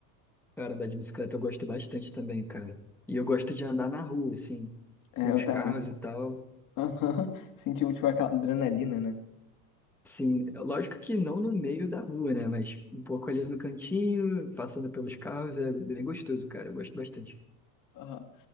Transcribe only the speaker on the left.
É,
eu
também.
Aham. <laughs> Sentiu, tipo, aquela adrenalina, né?
Aham.